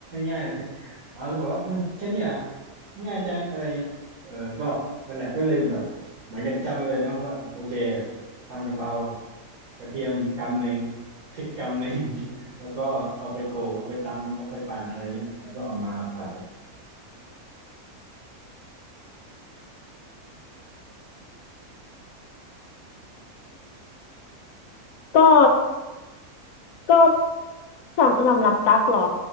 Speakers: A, on the right; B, on the left.
A: ง่ายๆเลยอ๋อแล้วบอกว่าเออแค่นี้เหรอ่ะง่ายจังอะไรเงี้ยเออก็นั่นแหละก็เลยแบบเหมือนกับจำมาเลยนะว่าเออโอเคทำกะเพรากระเทียมกำหนึ่งพริกกำหนึ่ง <laughs> แล้วก็เอาไปโขลกเอาไปตำเอาไปปั่นอะไรเงี้ยแล้วก็เอามาผัดกับ
B: ก็ก็สำสำหรับตั๊กเหรอ